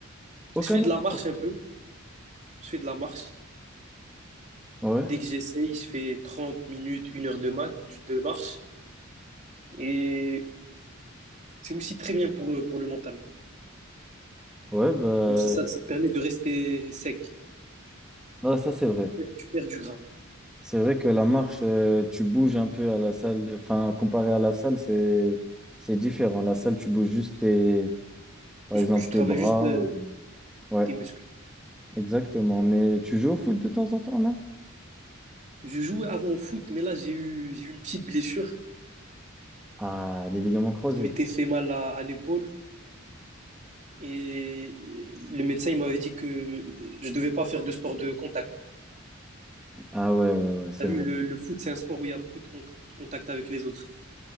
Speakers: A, in the centre; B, on the right.
A: Aucun
B: Je fais de
A: autre
B: la
A: sport.
B: marche un peu. Je fais de la marche.
A: Ouais,
B: Dès que j'essaye, je fais 30 minutes, une heure de, ma- de marche. Et c'est aussi très bien pour, pour le mental.
A: ouais, bah,
B: Et aussi, ça, ça te permet de rester sec.
A: ah, ça c'est vrai.
B: Tu perds du gras.
A: C'est vrai que la marche, euh, tu bouges un peu à la salle. Enfin, comparé à la salle, c'est c'est différent. La salle, tu bouges juste tes, par
B: Tu,
A: exemple,
B: tu travailles
A: tes bras.
B: juste euh,
A: ou- Ouais,
B: tes muscles.
A: exactement. Mais tu joues au foot de temps en temps, non?
B: Je jouais avant au foot, mais là, j'ai eu, j'ai eu une petite blessure.
A: Ah, les ligaments croisés.
B: Je m'étais fait mal à, à l'épaule. Et le médecin, il m'avait dit que je devais pas faire de sport de contact.
A: Ah ouais, ouais, ouais, c'est
B: T'as vu,
A: vrai.
B: le, le foot, c'est un sport où il y a beaucoup de con- contact avec les autres.